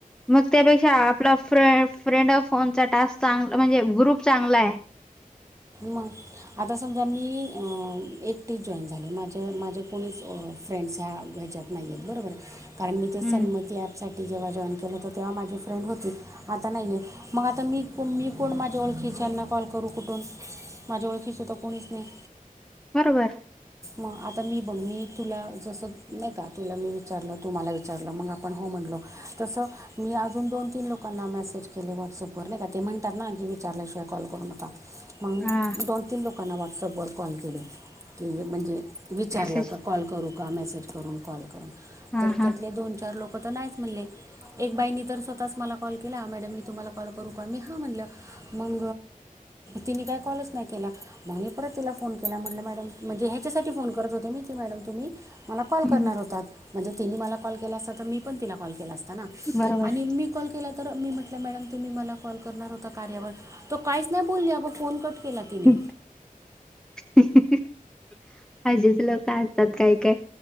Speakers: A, in the centre; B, on the right.
A: मग त्यापेक्षा आपला फ्रे फ्रेंड अ फोनचा टास्क चांगला म्हणजे ग्रुप चांगला आहे.
B: मग आता समजा मी एकटीच जॉईन झाली माझे माझे कोणीच फ्रेंड्स ह्या ह्याच्यात नाही आहेत, बरोबर कारण मी ते सन्मती
A: हम्म
B: ॲपसाठी. जेव्हा जॉईन केलं होत, तेव्हा माझी फ्रेंड होती, आता नाहीये, मग आता मी कोण मी कोण माझ्या ओळखीच्या. त्यांना कॉल करू कुठून माझ्या ओळखिच त कोणीच नाही?
A: बरोबर.
B: मग आता मी बघ मी तुला जसं नाही का तुला मी विचारलं, तु मला विचारलं, मग आपण हो म्हणलो. तसं मी अजून दोन तीन लोकांना मेसेज केले व्हॉट्सअपवर नाही का ते म्हणतात ना की विचारल्या शिवाय. कॉल करू नका मग मी
A: हा
B: दोन तीन लोकांना व्हॉट्सअपवर कॉल केले की, म्हणजे. विचारलं
A: मेसेज
B: का कॉल करू का मेसेज करून कॉल करून
A: हा
B: तर
A: हा
B: त्यातले दोन, चार लोक. म त नाहीच म्हणले, एक बाईनी तर स्वतःच मला कॉल केला मॅडम मी तुम्हाला कॉल करू का मी हा म्हणलं. मग तिने काय कॉलच नाही केला, मग मी परत तिला फोन केला, म्हटलं मॅडम म्हणजे ह्याच्यासाठी फोन करत होते, मी की मॅडम. मला कॉल
A: हम्म
B: करणार होतात, म्हणजे तीने मला कॉल केला असता तर, मी पण तिला कॉल केला असता.
A: बरोबर
B: आणि मी कॉल केला तर मी म्ह म्हणलं मॅडम तुम्ही मला कॉल करणार होता, कार्यावर, तो काहीच नाही बोलली अगं फोन कट केला तिने
A: ह, ह, ह, ह असेच लोकं असतात काय काय